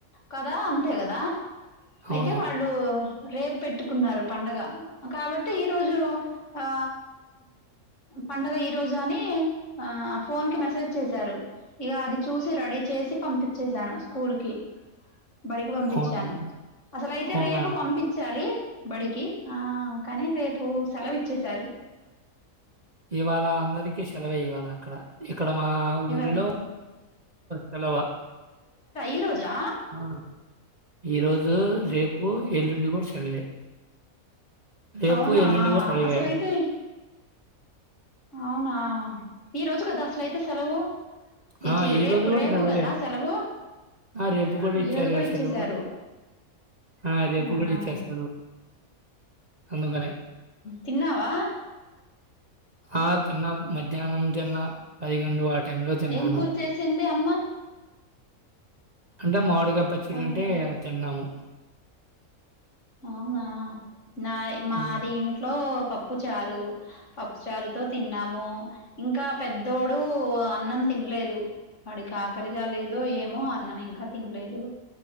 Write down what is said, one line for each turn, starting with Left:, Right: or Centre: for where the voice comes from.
Left: కదా అంతే కదా
Right: అవును.
Left: అయితే వాళ్ళు రేపు పెట్టు కున్నారు పండగ కాబట్టి ఈరోజు ఆ పండగ ఈ రోజు అని. ఆ ఫోన్ కి మెసేజ్ చేశారు ఇక అది చూసి రడీ చేసి పంపించెసాను స్కూల్ కి బడికి పంపించాను
Right: అవును.
Left: అసలయితే
Right: అవునా?
Left: రేపు పంపించాలి. బడికి ఆ కానీ రేపు సెలవు ఇచ్చేశారు
Right: ఇవాళ అందరికీ సెలవే ఇవాళ అక్కడ క్కడ మా ఊరిలో
Left: ఇవాళ
Right: సెలవా
Left: ఈరోజా
Right: ఆ ఈరోజు రేపు ఎల్లుండి కూడా సెలవే రేపు
Left: అవునా
Right: ఎల్లుండి కూడా సెలవే.
Left: అసలైతే అవునా ఈ రోజు కదా అసలయితే సెలవు ఇచ్చే
Right: ఆ! ఈరోజు
Left: రేపు
Right: కూడా
Left: రేపు
Right: సెలవే.
Left: కదా సెలవు
Right: ఆ! రేపు ఇచ్చారుగా
Left: ఈ రోజు కూడా ఇచ్చసారు
Right: సెలవు. ఆ! రేపు
Left: ఆహా
Right: గూడా ఇచ్చేస్తాడు. అందుకనే.
Left: తిన్నావా.
Right: ఆ తిన్న మధ్యాహ్నం తిన్న పదకొండు ఆ టైంలో తిన్నాను.
Left: ఏం కూర చేసింది అమ్మ. <inaudible>
Right: అంటే మామిడి పచ్చడి
Left: ఆహా
Right: అంటే తిన్నాము
Left: అవునా నా మాది
Right: ఆ!
Left: ఇంట్లో ప పప్పు చారు పప్పు చారుతో తిన్నాము ఇంకా పెద్దోడు అన్నం తినలేదు. వాడికి ఆకరలిగా లేదు ఏదో ఏమో అన్నం ఇంకా తినలేదు